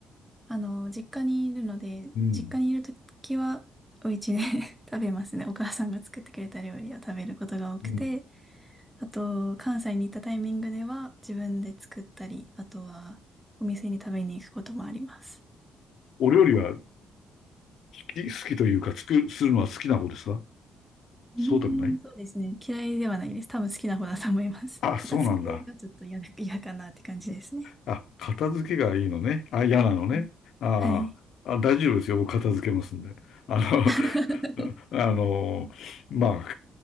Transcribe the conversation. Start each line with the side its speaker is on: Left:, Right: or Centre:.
Centre: あの、実家にいるので、
Left: うん。
Centre: 実家にいるときは、お家で <laughs> 食べますね。お母さんが作ってくれた料理を食べることが多くて、
Left: うん
Centre: あと、関西に行ったタイミングでは、自分で作ったり、あとは、お店に食べに行くこともあります。
Left: お料理は好き、好きというか、作するのは好きな方ですか
Centre: うーん、
Left: そうでもない
Centre: そうですね。嫌いではないです。多分好きな方だと思います。
Left: あ、
Centre: 片付けがちょっと嫌だ、
Left: そうなんだ。
Centre: 嫌かなって感じですね。
Left: あ、片付けがいいのね。あ、嫌なのね。
Centre: うん
Left: あーあ、
Centre: はい。
Left: 大丈夫ですよ。僕片付けますんで。あの、
Centre: <laughs>
Left: <laughs> あの、まあ、